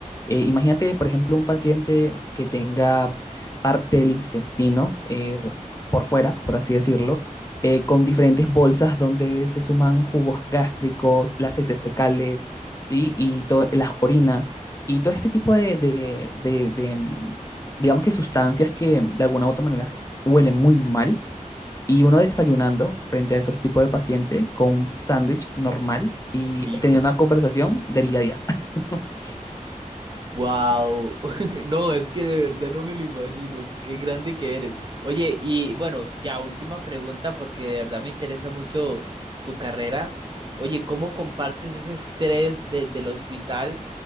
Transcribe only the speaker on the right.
híjole.
Wow, <laughs> no, es que de verdad no me lo imagino, qué grande que eres. Oye, y bueno, ya última pregunta porque de verdad me interesa mucho tu carrera. Oye, ¿cómo compartes ese estrés de- del hospital